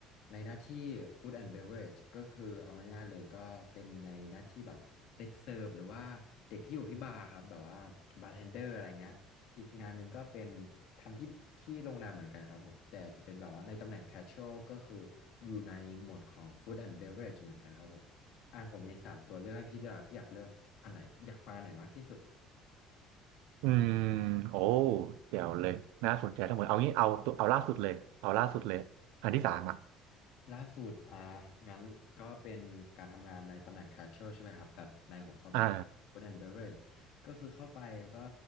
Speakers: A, on the left; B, on the right.
A: ในหน้าที่ food and beverage ก็คือเอาง่ายๆเลยก็เป็นในหน้าที่แบบเด็กเสิร์ฟหรือว่าเด็กที่อยู่ที่บาร์ครับแบบว่าบาร์เทนเดอร์อะไรเงี้ย อีกงานหนึ่งก็เป็นทำที่ที่โรงแรมเหมือนกันครับผมแต่จะเป็นแบบว่าในตำแหน่ง casual ก็คืออยู่ในหมวดของ food and beverage เหมือนกันครับผมอ่าผมมีสามตัวเลือกให้พี่ด้วยอกพี่อยากเลือกอันไหนอยากฟังอันไหนมากที่สุด
B: อืมโอ้เดี๋ยวเลยน่าสนใจทั้งหมดเอางี้เอาตัวเอาล่าสุดเลยเอาล่าสุดเลยอันที่สามอ่ะ
A: ล่าสุดอ่างั้นก็เป็นการทำงานในตำแหน่ง casual ใช่ไหมครับแบบในหัวข้อแบบ
B: อ่า
A: food and beverage ก็คือเข้าไปก็